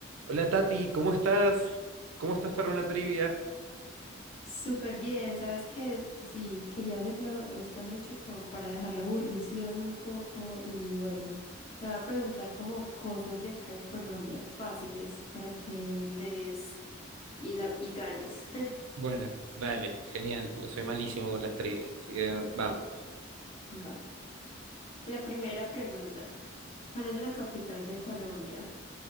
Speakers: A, on the right; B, on the left.
A: Hola Tati, ¿cómo estás? ¿Cómo estás para una trivia?
B: Súper bien, ¿sabes qué? Sí, quería hacerlo esta noche como para dejar la aburrición un poco y bueno, te voy a preguntar como cosas de acá de Colombia fáciles para que lees y, la, y ganes.
A: Bueno, vale, genial, porque soy malísimo con las trivias, así que vamos.
B: <laughs> Va. La primera pregunta. ¿Cuál es la capital de Colombia?